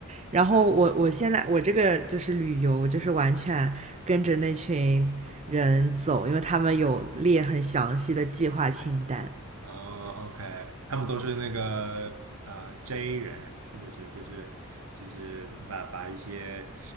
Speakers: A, on the right; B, on the right.
A: 然后我我现在我这个就是旅游，我就是完全跟着那群人走，因为他们有列很详细的计划清单。
B: 哦，OK，他们都是那个啊 J 人，是不是？就是就是把把一些